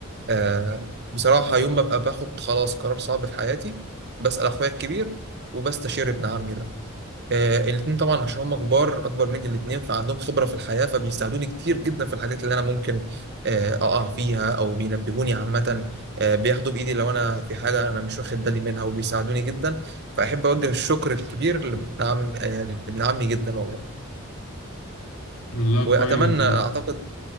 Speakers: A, on the right (about 55°); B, on the left (about 80°).
A: آه، بصراحة يوم ما ببقى باخد خلاص قرار صعب في حياتي بسأل أخويا الكبير وبستشير ابن عمي ده. آه الاتنين طبعا عشان هم كبار اكبر مني الاتنين فعندهم خبره في الحياه فبيساعدوني كتير جدا في الحاجات اللي انا ممكن آه اقع فيها او بينبهوني عامه آه بياخدوا بايدي لو انا في حاجه انا مش واخد بالي منها وبيساعدوني جدا فاحب اوجه الشكر الكبير لابن عم آه لابن عمي جدا والله
B: والله
A: واتمنى
B: كويس برضه
A: اعتقد